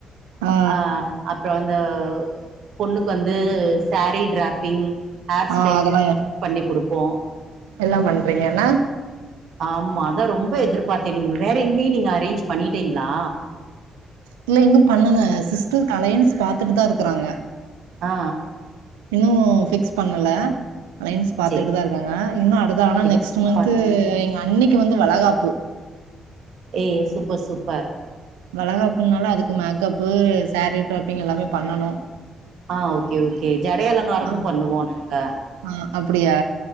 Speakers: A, on the right (about 75°); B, on the right (about 60°).
A: ஆ
B: அஹ் அப்பற அந்த பொண்ணுக்கு வந்து சேரீ ட்ராப்பிங் ஹேர்
A: ஆ
B: ஸ்டைல்
A: அதெல்லா
B: பண்ணி குடுப்போ
A: எல்லா பண்றீங்கன
B: ஆமா அதா ரொம்ப எதிர்பாத்த நீங்க வேற எங்கேயு நீங்க அரேஞ்ச் பண்ணிட்டீங்களா
A: இல்ல இன்னு பண்ணல சிஸ்டர்க் லையன்ஸ் பாத்துட்டு தா இருக்கறாங்க
B: ஆ
A: இன்னு பிக்ஸ் பண்ணல அலையன்ஸ் பாத்துக்கிட்டு
B: செரி
A: தா இருக்காங்க இன்னும் அடுத்த ஆனா
B: ஃபிக்ஸ்
A: நெக்ஸ்ட் மந்த்
B: பண்ணி
A: எங்க அன்னிக்கு வந்து வளகாப்பு
B: ஏ சூப்பர் சூப்பர்
A: வலகாப்புனால அதுக்கு மேக்கப்பு சாரீ டாப்பிங் எல்லாமே பண்ணனு
B: ஆ ஓகே ஓகே ஜடை அலங்காரமும்
A: ஆ
B: பண்ணுவோ நாங்க
A: ஆ அப்படியா